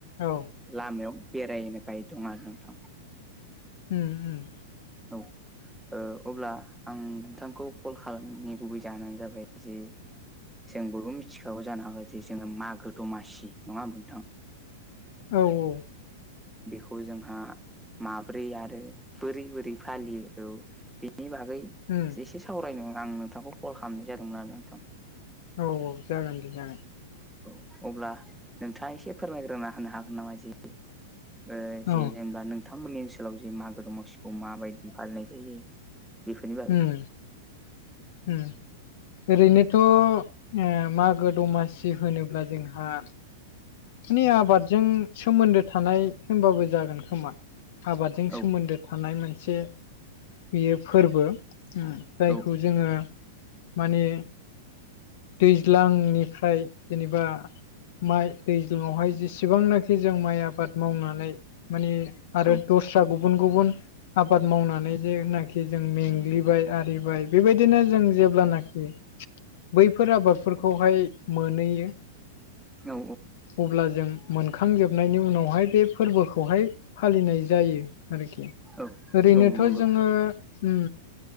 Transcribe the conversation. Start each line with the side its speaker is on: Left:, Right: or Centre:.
Left: औ
Centre: लामायाव बेरायनो बाय दं आरो नोंथां।
Left: उम - उम।
Centre: औ। ओ अब्ला आं नोंथांखौ कल खालामनि गुबै जाहोनानो जाबाय जे जों बयबो मिथिखागौ जानो हागौ जे जोङो मागो दमासि नङा होमबा नोंथां।
Left: औ - औ।
Centre: बेखौ जोंहा माब्रै आरो बोरै - बोरै फालियो औ बेनि बागै
Left: उम
Centre: एसे सावरायनो आं नोंथांखौ कल खालामनाय जादोंमोन आरो नोंथां।
Left: औ - औ जागोन दे जागोन।
Centre: औ अब्ला नोंथाङा एसे फोरमायग्रोना होनो हागोन नामा जे ओ जि
Left: औ
Centre: जेनेबा नोंथांमोननि ओनसोलाव जे मागो दमासिखौ माबायदि फालिनाय जायो। बेफोरनि बागै
Left: उम - उम। ओरैनोथ' उम मागो दमासि होनोब्ला जोंहा स्नि आबादजों सोमोन्दो थानाय होनबाबो जागोन खोमा आबादजों
Centre: औ
Left: सोमोन्दो थानाय मोनसे बियो फोरबो। उम जायखौ
Centre: औ
Left: जोङो माने दैज्लांनिफ्राय जेनेबा माइ दैज्लङआवहाय जेसेबांनाखि जों माइ आबाद मावनानै माने आरो
Centre: औ
Left: दस्रा गुबुन गुबुन आबाद मावनानै जेनाखि जों मेंग्लिबाय आरिबाय। बेबायदिनो जों जेब्लानाखि बैफोर आबादफोरखौहाय मोनैयो।
Centre: औ
Left: अब्ला जों मोनखांजोबनायनि उनावहाय बे फोरबोखौहाय फालिनाय जायो आरोखि।
Centre: औ
Left: ओरैनोथ'
Centre: औ नंगौ
Left: जोङो उम